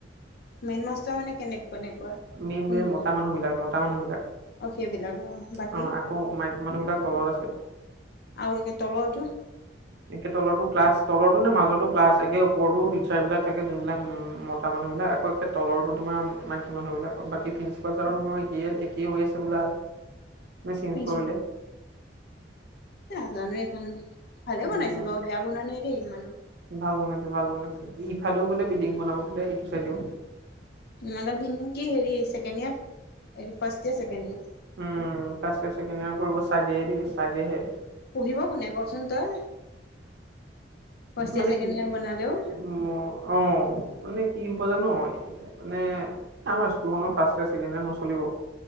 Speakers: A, on the left; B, on the right.
A: মেইন মাষ্টৰ মানে কেনেক কেনেকুৱা
B: মেইন
A: কোনবিলাক
B: মেইন মতা মানুহ বিলাক মতা মানুহ বিলাক।
A: অ সেইবিলাক অ বাকী
B: অ আকৌ মাইকী মানুহ বিলাক তলত আছে।
A: আৰু কে তলতো।
B: এনেকে তলো ক্লাছ তলৰতো নে মাছটো ক্লাছ। একে ওপৰতো টিচাৰ বিলাক থাকে যোনবিলাক উ মতা। মানুহ বিলাক আকৌ একে। তলৰো তোমাৰ মাইকী মানুহ বিলাক বাকী প্ৰিন্ঞ্চিপাল ছাৰ মোৰ একেই একেই হৈ আছে বোলা। <unintelligible>
A: <unintelligible>
B: চেঞ্জ
A: আহ
B: কৰিলে
A: নাজানো এখন। ভালে
B: উম
A: বনাইছে বাৰু বেয়া বন নাই দেই ইমাননো।
B: ভাল বনাইছেো ভাল বনাইছে ইফালেও বোলে বিল্ডিং বনাব বোলে ইটো চাইডেও।
A: ন্ কি হেৰি second year first year second year.
B: Um first year second year কৰিব চাগে দে চাগেহে।
A: পঢ়িব কোনে, ক'চোন তই? ফাৰ্ষ্ট
B: মানে
A: ইয়েৰ ছেকেণ্ড
B: কি
A: ইয়েৰ বনালেও
B: উ অ মানে কি। জানো মানে আমাৰ স্কুলত ফাষ্ট ইয়েৰৰ ছেকেণ্ড ইয়েৰ নচলিব।